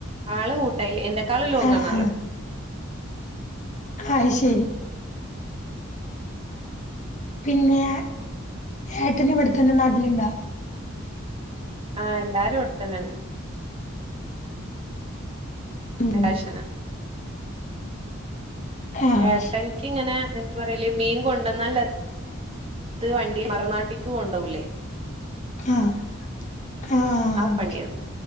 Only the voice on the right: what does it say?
ആള് ഉണ്ടായില്. എന്നെക്കാളും ലോങ്ങാണ്
ആള്.
ആഹ എല്ലാരും വട്ത്തന്നെണ്ട്
എല്ലാന <unintelligible>
ഏട്ടൻക്കിങ്ങനെ
എന്ത പറയല് മീൻ കൊണ്ടന്നല്ല ഇത് വണ്ടി മറനാട്ടിക്ക് കൊണ്ടോവൂലേ
ആ പണിയാണ്